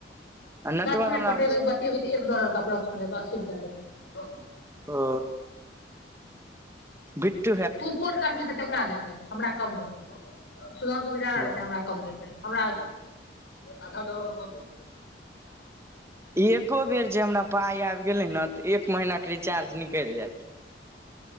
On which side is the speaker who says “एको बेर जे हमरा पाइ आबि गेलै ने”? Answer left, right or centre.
Right